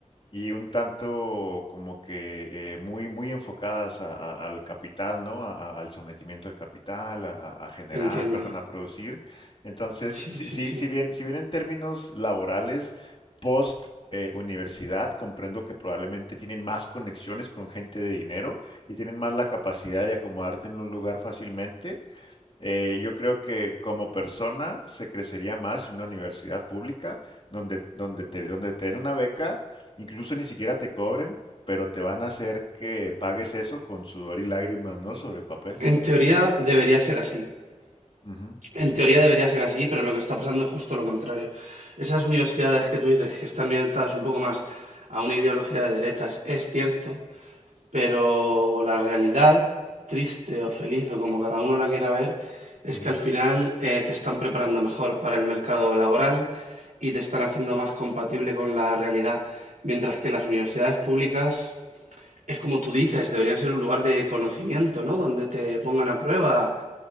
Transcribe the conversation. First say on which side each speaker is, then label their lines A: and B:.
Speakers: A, on the left; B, on the right.
A: y un tanto como que eh, muy, muy enfocadas a- a- al capital, ¿no? A- a- al sometimiento del capital, a, a- a generar,
B: Entiendo.
A: perdón, a producir. Entonces,
B: Sí,
A: si,
B: sí,
A: si,
B: sí.
A: si bien, si bien en términos laborales, post eh, universidad, comprendo que probablemente tienen más conexiones con gente de dinero y tienen más la capacidad de acomodarte en un lugar fácilmente. Eh, yo creo que como persona se crecería más en una universidad pública donde, donde te, donde te den una beca, incluso ni siquiera te cobren, pero te van a hacer que pagues eso con sudor y lágrimas, ¿no? Sobre papel.
B: En teoría debería ser así.
A: Ujú,
B: En teoría debería ser así, pero lo que está pasando es justo lo contrario. Esas universidades que tú dices que están orientadas un poco más a una ideología de derechas, es cierto, Pero la realidad, triste o feliz o como cada uno la quiera ver,
A: ujú.
B: es que al final eh, te están preparando mejor para el mercado laboral y te están haciendo más compatible con la realidad. Mientras que las universidades públicas, es como tú dices, deberían ser un lugar de conocimiento, ¿no? Donde te pongan a prueba